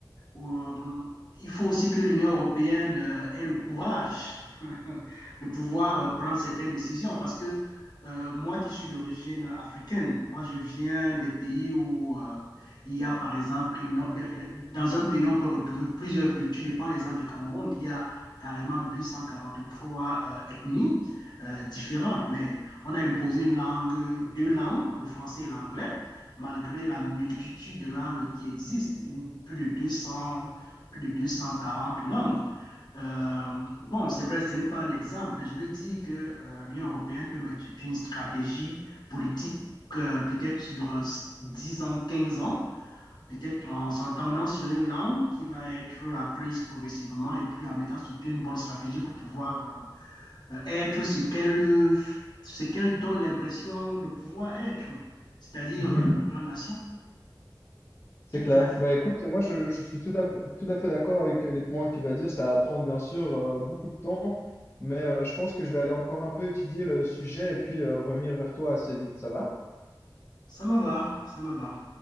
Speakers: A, on the left; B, on the left.
A: Euh, il faut aussi que l'Union européenne euh, ait le courage <laughs> de pouvoir prendre certaines décisions parce que euh, moi qui suis d'origine africaine, moi je viens des pays où euh, il y a par exemple, une, no-, de, de, dans un pays on peut retrouver plusieurs cultures. Je prends l'exemple du Cameroun, il y a carrément 243 euh, ethnies euh, différentes, mais on a imposé une langue, deux langues, le français et l'anglais malgré la multitude de langues qui existent, une- plus de 200, plus de 240 langues. Euh, bon, c'est vrai, ce n'est pas un exemple, mais je veux dire que euh, l'Union européenne peut mettre sur pied une stratégie politique euh, peut-être sur euh, 10 ans, 15 ans, peut-être en s'entendant sur une langue qui va être apprise progressivement et puis en mettant sur pied une bonne stratégie pour pouvoir euh, euh, être ce qu'elle euh, ce qu'elle donne l'impression de pouvoir être, c'est-à-dire
B: Mhm.
A: euh, une grande nation
B: C'est
A: qui peut
B: clair.
A: faire.
B: Bah, écoute, moi, je, je suis tout à, f- tout à fait d'accord avec les points que tu vas dire. Ça va prendre, bien sûr, euh, beaucoup de temps, mais euh, je pense que je vais aller encore un peu étudier le sujet et puis euh, revenir vers toi assez vite. Ça va?
A: Ça me va, ça me va.